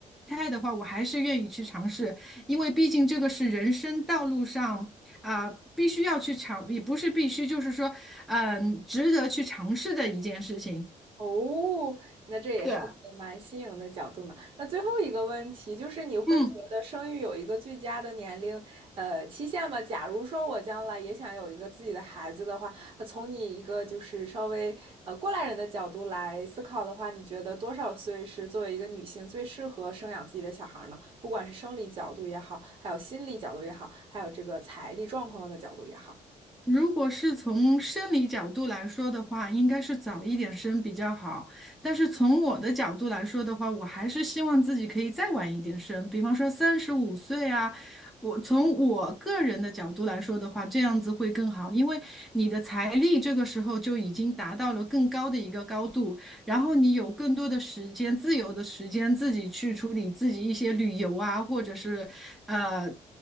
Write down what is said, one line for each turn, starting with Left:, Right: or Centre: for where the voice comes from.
Centre: 胎的话，我还是愿意去尝试，因为毕竟这个是人生道路上啊、必须要去尝，也不是必须，就是说，嗯、值得去尝试的一件事情。
Right: 哦，那这也是一个蛮新颖的角度呢。
Centre: 对，
Right: 那最后一个问题就是，你会觉得生育有一个最佳的年龄，
Centre: 嗯。
Right: 呃，期限吗？假如说我将来也想有一个自己的孩子的话，呃从你一个就是稍微呃过来人的角度来思考的话，你觉得多少岁是作为一个女性最适合生养自己的小孩呢？不管是生理角度也好，还有心理角度也好，还有这个财力状况的角度也好，
Centre: 如果是从生理角度来说的话，应该是早一点生比较好。但是从我的角度来说的话，我还是希望自己可以再晚一点生，比方说三十五岁啊。我从我个人的角度来说的话，这样子会更好，因为你的财力这个时候就已经达到了更高的一个高度。然后你有更多的时间，自由的时间，自己去处理自己一些旅游啊，或者是呃